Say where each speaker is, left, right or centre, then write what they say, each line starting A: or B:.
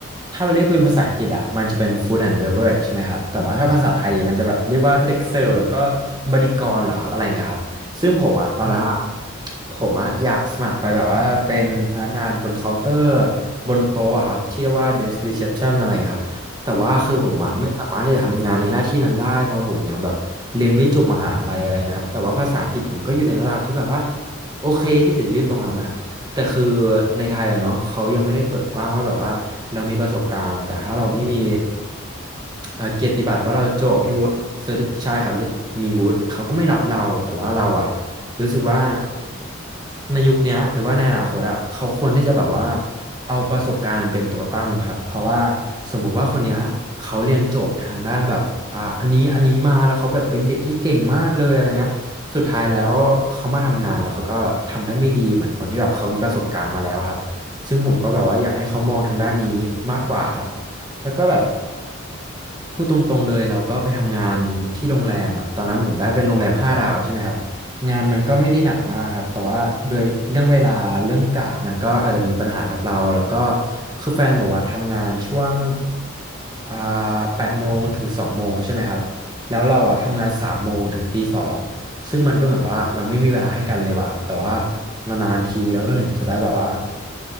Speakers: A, on the right; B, on the right.
A: ถ้าเราเรียกเป็นภาษาอังกฤษอ่ะมันจะเป็น food and beverage ใช่ไหมครับแต่ว่าถ้าภาษาไทยอะมันจะแบบเรียกว่าเด็กเสิร์ฟแล้วก็บริกรเหรอครับอะไรอย่างเงี้ยครับซึ่งผมอ่ะตอนนั้นอะ
B: อืม
A: ผมอ่ะอยากสมัครไปแบบว่าเป็นพนักงานบนเคาน์เตอร์บนโต๊ะอะครับที่เรียกว่า desk reception อะไรอย่างเงี้ยครับแต่ว่าคือผมอ่ะไม่สามารถที่จะทำงานในหน้าที่นั้นได้เพราะผมยังแบบเรียนไม่จบมหาลัยอะไรอย่างเงี้ยครับแต่ว่าภาษาอังกฤษผมก็อยู่ในระดับที่แบบว่า
B: อืม
A: โอเคที่จะยื่นตรงนั้นนะครับ แต่คือในไทยอะเนาะเขายังไม่ได้เปิดกว้างว่าแบบว่าเรามีประสบการณ์แต่ถ้าเราไม่มีเอ่อเกียรติบัตรว่าเราจบ
B: ไม่มีวุฒิ
A: เซอร์ใช่ครับมีวุฒิเขาก็ไม่รับเราแต่ว่าเราอะรู้สึกว่าในยุคเนี้ยหรือว่าในอนาคตอะเขาควรที่จะแบบว่าเอาประสบการณ์เป็นตัวตั้งครับเพราะว่าสมมุติว่าคนเนี้ยเขาเรียนจบทางด้านแบบอ่าอันนี้อันนี้มาแล้วเขาแบบเป็นเด็กที่เก่งมากเลยอะไรเงี้ย สุดท้ายแล้วเขามาทำงานแล้วเขาก็ทำได้ไม่ดีเหมือนคนที่แบบเขามีประสบการณ์มาแล้วครับซึ่งผมก็แบบว่าอยากให้เขามองทางด้านนี้มากกว่าครับแล้วก็แบบพูดตรงๆเลยเราก็ไปทำงานที่โรงแรมแบบตอนนั้นผมได้เป็นโรงแรมห้าดาวใช่ไหมครับงานมันก็ไม่ได้หนักมากครับแต่ว่าโดยเรื่องเวลาเรื่องกะมันก็อาจจะมีปัญหากับเราแล้วก็คือแฟนผมอะทำงานช่วงอ่าแปดโมงถึงสองโมงใช่ไหมครับแล้วเราอะทำงานสามโมงถึงตีสอง ซึ่งมันก็เหมือนว่าเราไม่มีเวลาให้กันเลยว่ะแบบว่านานๆทีเราก็ถึงจะได้แบบว่า